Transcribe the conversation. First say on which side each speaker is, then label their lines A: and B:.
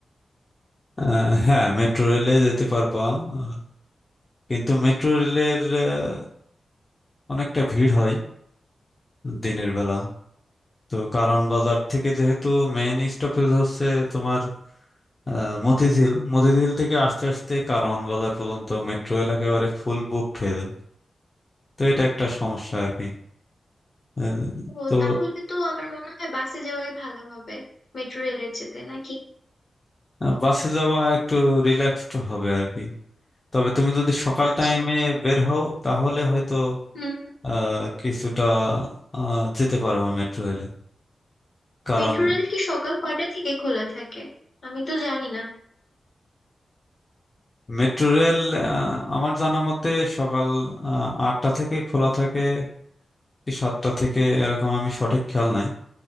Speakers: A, on the left; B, on the left.
A: আহ, হ্যাঁ মেট্রো রেলে যেতে পারবা আহ, কিন্তু মেট্রো রেলের আহ, অনেকটা ভিড় হয় দিনের বেলা তো কারণ বাজার থেকে যেহেতু মেইন স্টপেজ হচ্ছে তোমার আহ, মতিঝিল মতিঝিল থেকে আস্তে আস্তে কারণ বাজার পর্যন্ত মেট্রো রেল একেবারে ফুল বুকড হয়ে যায় তো এটা একটা সমস্যা আর কি আহ,
B: ও
A: তো
B: তাহলে তো আমার মনে হয় বাসে যাওয়াই ভালো হবে মেট্রো রেলের যেতে নাকি
A: আহ, বাসে যাওয়া একটু রিল্যাক্সড হবে আর কি তবে তুমি যদি সকাল
B: আচ্ছা
A: টাইমে
B: আচ্ছা
A: বের হও তাহলে হয়তো
B: হুম
A: আহ, কিছুটা আহ, যেতে পারবো মেট্রো রেলে কারণ
B: মেট্রো রেল কি সকাল কয়টা থেকে খোলা থাকে আমি তো জানি না
A: মেট্রো রেল আহ, আমার জানা মতে সকাল আহ, আটটা থেকে খোলা থাকে এই সাতটা থেকে এরকম আমি সঠিক খেয়াল নাই